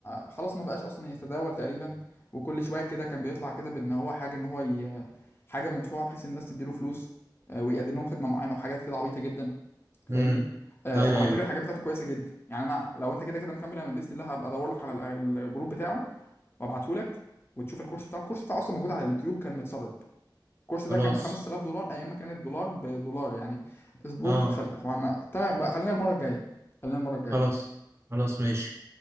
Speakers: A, on the left; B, on the right.
A: آه، خلاص ما بقاش اصلا يتداول تقريبا وكل شويه كده كان بيطلع كده بان هو حاجه ان هو ي... حاجه مدفوعه بحيث الناس تديله فلوس آه ويقدم لهم خدمه معينه وحاجات كده عبيطه جدا فاهمني
B: امم
A: آه
B: ايوه
A: وعلى
B: ايوه
A: فكره الحاجات بتاعته كويسه جدا يعني انا لو انت كده كده مكمل انا باذن الله هبقى ادور لك على ال- الجروب بتاعه وابعته لك وتشوف الكورس بتاعه الكورس بتاعه اصلا موجود على اليوتيوب كان متسرب الكورس
B: خلاص
A: ده كان ب 5000 دولار ايام ما كان الدولار بدولار يعني اسبوع
B: اه
A: خل... هو انا تمام بقى خلينا المره الجايه خلينا المره الجايه
B: خلاص خلاص ماشي